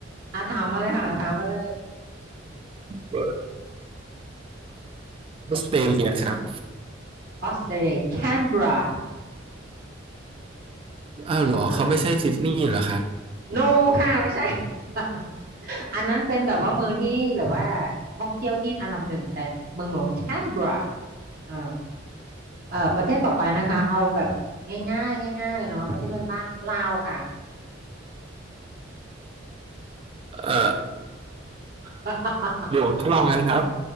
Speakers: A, on the right; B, on the right.
A: อ่ะถามมาเลยค่ะถามมาเลย
B: ออสเตรเลียครับ
A: ออสเตรเลียแคนเบรา
B: อ้าวเหรอเขาไม่ใช่ซิดนีย์เหรอครับ
A: อ่าโนค่ะไม่ใช่ <laughs> อันนั้นเป็นแบบว่าเมืองที่แบบว่าท่องเที่ยวที่อันดับหนึ่งแต่เมืองหลวงแคนเบราอ่า เอ่อประเทศต่อไปนะคะเอาแบบ
B: อืม
A: ง่ายๆง่ายๆเลยเนาะประเทศเพื่อนบ้านลาวค่ะ
B: เอ่อ
A: <laughs>
B: หลวงทดลองกันครับ